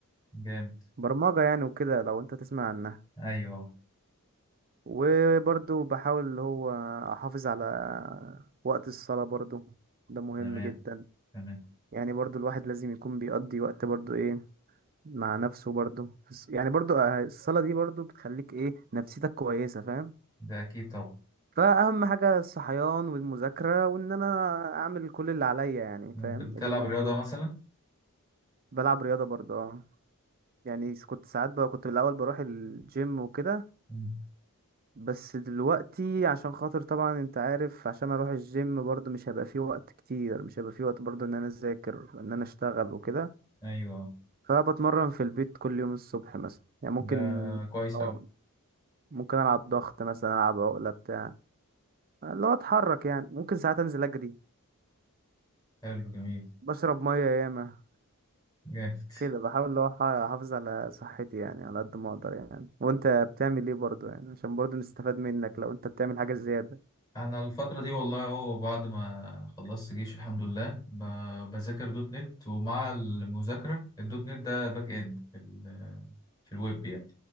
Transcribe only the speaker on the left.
جامد
ايوه
تمام
تمام
ده اكيد طبعا
بتلعب
رياضة
مثلا
مم.
ايوه
ده كويس
اوي
حلو جميل
جامد
انا الفترة دي والله اهو بعد ما خلصت جيش الحمد لله ب- بذاكر دوت نت ومع المذاكرة الدوت نت ده باك اند في ال- في الويب يعني